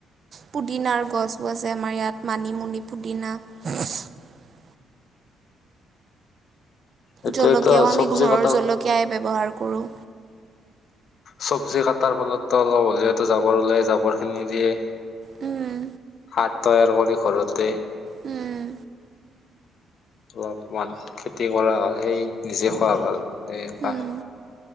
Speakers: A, on the right (about 50°); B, on the left (about 60°).
A: পুদিনাৰ গছো আছে, আমাৰ ইয়াত মানিমুনি, পুদিনা <unintelligible>
B: এইটোয়েতো
A: জলকীয়াও আমি
B: চব্জি
A: ঘৰৰ
B: কটাৰ
A: জলকীয়াই ব্যৱহাৰ কৰোঁ
B: চব্জি কাটাৰ ফলতটো অলপ উলিয়াই জাবৰ ওলাই জাবৰ খিনি দিয়ে।
A: উম।
B: সাৰ তৈয়াৰ কৰি ঘৰতে
A: উম।
B: অলপমান খেতি কৰা হয়, সেই নিজে খোৱা ভাল। এইবা
A: উম